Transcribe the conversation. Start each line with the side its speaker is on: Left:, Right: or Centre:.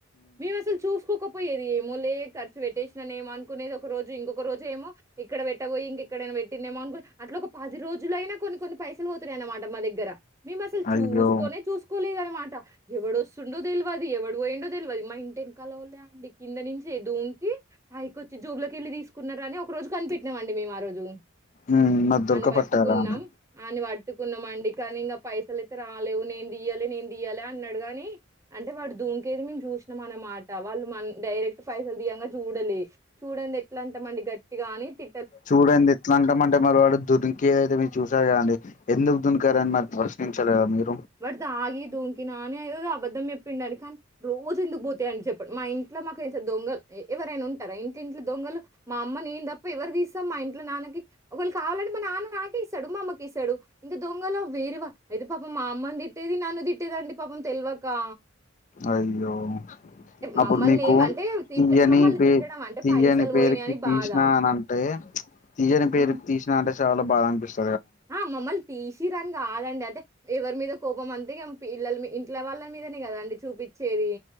Right: మేము అసలు చూస్కోకపోయేది ఏమో లే ఖర్చు పెట్టేస్నానేమో అనుకునేది ఒ ఒక రోజు ఇంకొక రోజెమో ఇక్కడ పెట్టబోయి ఇంకెక్కడైనా పెట్టింన్నేమో అనుకో అట్లొక పది రోజులైనా కొన్ని కొన్ని పైసలు వోతున్నయనమాట మా దగ్గర మేము అస్సలు
Left: అయ్యో
Right: చూస్కోనే చూస్కోనేలేదన్ మాట ఎవడోస్సుండో దెల్వది ఎవడు వోయిండో దెల్వది మా ఇంటెంకాలోల్లే అండి కింద నుంచి దుం తే పైకొచ్చి జాబ్లోకెళ్లి తీస్కున్నారని ఒక రోజు కనిపెట్నం అండి మేము ఆ రోజు
Left: ఉమ్ మరి దొరకపట్టారా
Right: అన్ని పట్టుకున్నాం
Left: అండి
Right: అన్ని పట్ ట్టుకున్నామండి కానీ ఇంగ పైసలైతే రాలేవు నేన్ దియ్యలె నేను దియ్యలే అన్నాడు గానీ అంటే వాడు దో ఇంకేది మేము చూస్నమనమాట వాళ్ళు మ డైరెక్ట్ పైసలు తీయంగా జూడలే సూడందె ట్లంటమండి గట్టిగాని తి
Left: చూడండి ఎట్లాంటామంటే మరి వాడు దొరికే ఏదైతే మీరు చూసేర్గాదేండి ఎందుకు దుంకారని మరి ప్రశ్నించ లేదా మీరు
Right: వడు తాగి దుంకినా అని అదో అబద్ధం చెప్పిండని కానీ రోజు ఎందుకు పోతాయండ్ చెప్పండ్ మా ఇంట్ల మాకు తెల్స దొంగల్ ఎ ఎవరైనా ఉంటారా ఇంట్ ఇంట్ల దొంగలు మా అమ్మ నేం తప్ప ఎవరు తీస్తాం మా ఇంట్లో నాన్నకి ఒకళ్ళ కావాలంట్ నాన్న నాకిస్తాడు మామ్మకి ఇస్తాడు ఇంకా దొంగలో వేరేవా అయితే పాప మా అమ్మన్ తిట్టేది నను తిట్టేదండి పాపం తెలివాకా
Left: అయ్యో అప్పుడు
Right: మమ్మల్ని
Left: మీకు
Right: ఏం అంటే తిట్ట
Left: తీయని
Right: మమ్మల్ని
Left: పేరు
Right: తిట్టడం అంటే
Left: తీయని
Right: పైసలు
Left: పేరుకి
Right: పోయినాయని
Left: తీశ్న
Right: బాధ.
Left: అని అంటే తీయని పేరు
Right: ఆ!
Left: తీశ్న అంటే చాలా బాగా అనిపిస్తుంది
Right: ఆ మమ్మల్ని తీసిరాని కాదండి అతే ఎవరి మీద కోపం అంతేగా పిల్లల ఇంట్ల వాళ్ళ మీదనే కదండి చూపించేది